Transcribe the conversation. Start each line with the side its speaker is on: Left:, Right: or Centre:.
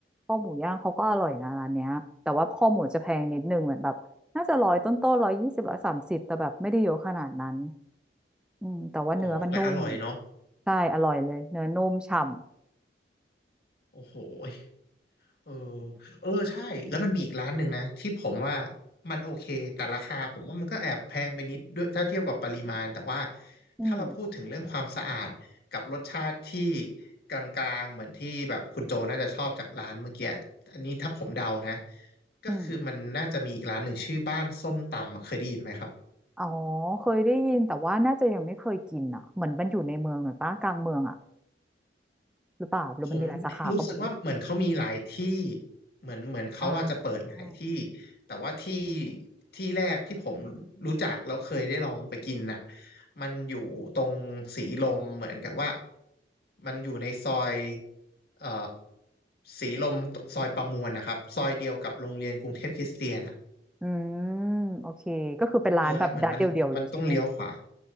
Centre: ข้อหมูย่างเขาก็อร่อยนะร้านเนี้ยแต่ว่าข้อหมูจะแพงนิดนึงเหมือนแบบน่าจะร้อยต้นๆร้อยยี่สิบร้อยสามสิบแต่แบบไม่ได้เยอะขนาดนั้นอืมแต่ว่าเนื้อมันนุ่ม
Left: อ๋อแต่อร่อยเนาะ
Centre: ใช่อร่อยเลยเนื้อนุ่มฉ่ำ
Left: โอ้โหยเออเออใช่แล้วมันมีอีกร้านหนึ่งนะที่ผมว่ามันโอเคแต่ราคาผมว่ามันก็แอบแพงไปนิดด้วยถ้าเทียบกับปริมาณแต่ว่า
Centre: <laughs> อืม
Left: ถ้าเราพูดถึงเรื่องความสะอาดกับรสชาติที่กลางๆเหมือนที่แบบคุณโจน่าจะชอบจากร้านเมื่อกี้อันนี้ถ้าผมเดานะก็คือมันน่าจะมีอีกร้านหนึ่งชื่อบ้านส้มตำเคยได้ยินไหมครับ
Centre: อืมอ๋อเคยได้ยินแต่ว่าน่าจะยังไม่เคยกินอ่ะเหมือนมันอยู่ในเมืองหน่อยปะกลางเมืองอ่ะหรือเปล่าหรือมันมีหลายสาขาก็ไม่รู้
Left: ผมรู้สึกว่าเหมือนเขามีหลายที่เหมือนเหมือนเขาอาจจะเปิดหลายที่
Centre: อ่า
Left: แต่ว่าที่ที่แรกที่ผมรู้จักแล้วเคยได้ลองไปกินน่ะมันอยู่ตรงสีลมเหมือนกับว่ามันอยู่ในซอยเอ่อสีลมซอยประมวลนะครับซอยเดียวกับโรงเรียนกรุงเทพคริสเตียนอ่ะ
Centre: อืมโอเคก็คือเป็นร้านแบบร้านเดียวๆเลยใช่ไหม
Left: เออแล้วเหมือนมันมันต้องเลี้ยวขวา